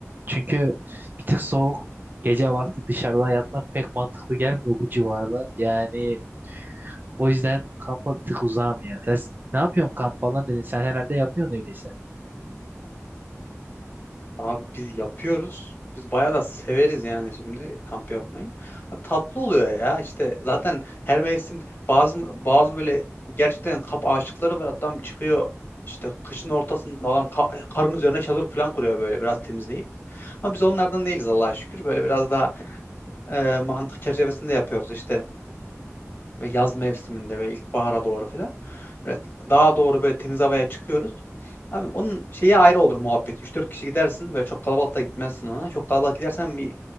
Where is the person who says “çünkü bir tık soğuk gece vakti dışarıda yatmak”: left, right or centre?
Right